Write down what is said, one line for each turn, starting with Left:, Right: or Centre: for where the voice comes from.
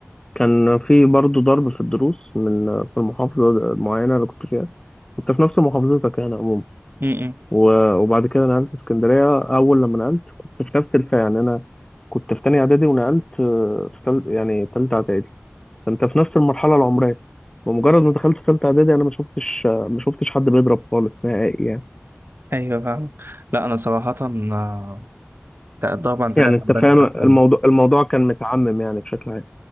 Left: كان في برضه ضرب في الدروس من آه، في المحافظة المعينة اللي كنت فيها كنت في نفس محافظتك يعني عموما
Right: م- م-
Left: و- وبعد كده نقلت اسكندرية أول لما نقلت كنت في نفس الفئة يعني أنا كنت في تانية إعدادي ونقلت آه، في تل... يعني تالتة إعدادي فانت في نفس المرحله العمريه بمجرد ما دخلت ثالثه اعدادي انا ما شفتش ما شفتش حد بيضرب خالص نهائي يعني
Right: ايوه فاهم لا انا صراحه آه، الضرب عندنا
Left: يعني
Right: كان
Left: انت فاهم
Right: بان تحت
Left: الموضوع
Right: أوي.
Left: الموضوع كان متعمم يعني بشكل عام